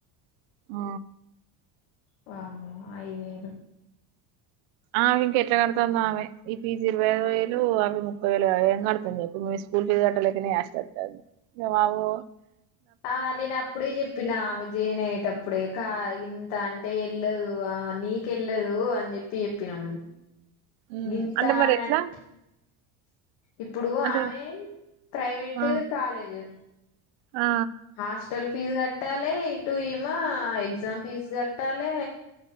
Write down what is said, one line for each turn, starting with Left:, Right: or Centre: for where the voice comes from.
Right: ఆ
Left: వామ్మో ఐద్వేలు.
Right: ఆమింకెట్ల గడతాందామె ఈ ఫీజిరవైవేలు అవి ముప్పైవేలగ ఏం గడ్తాం జెప్పు మీ స్కూల్ ఫీజ్ కట్టలేకనే యాష్టొత్తాంది ఇంగ బాబు.
Left: ఆ నేనప్పుడె జెప్పిన ఆమె జెయనయ్యేటప్పుడే కా ఇన్. త అంటె యెళ్ళదు ఆ నీకెళ్ళదు అన్ జెప్పి జెప్పినమ్.
Right: ఉమ్
Left: గింతారంట్.
Right: అంటే మరి ఎట్లా
Left: ఇప్పుడు
Right: అంటే
Left: ఆమె ప్రైవేట్
Right: ఆ
Left: కాలేజ్.
Right: ఆ
Left: హాస్టల్ ఫీజ్ గట్. ట్టాలె ఇటు ఈమా ఎగ్జామ్ ఫీజ్ గట్టాలె